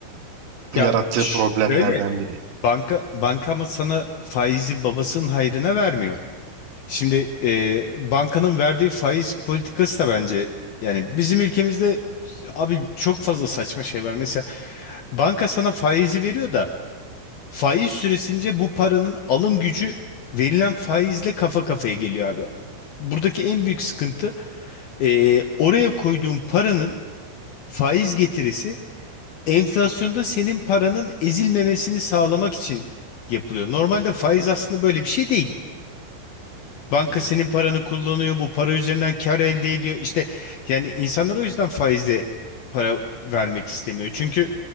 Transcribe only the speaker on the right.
yarattığı
problemlerden biri.
Evet.